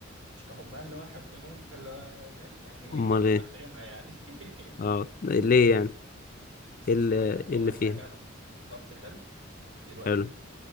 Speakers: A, on the right (about 65°); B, on the left (about 45°).
A: مش كحبها اللي هو حب فاهم أنت اللي هو فاهم يعني ايه
B: امال ايه
A: <laughs> بحترمها يعني <laughs>
B: اه ليه يعني
A: بص
B: ايه
A: يا
B: اللي
A: سيدي هي
B: إيه
A: اول
B: اللي فيها
A: حاجه انا خطي حلو دلوقتي
B: حلو